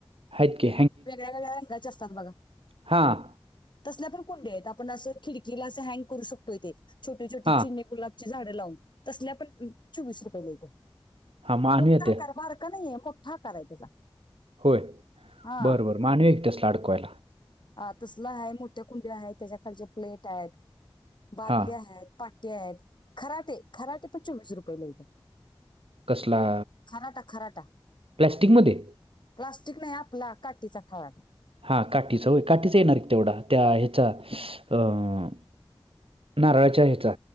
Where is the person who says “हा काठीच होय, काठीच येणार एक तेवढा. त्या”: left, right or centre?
Right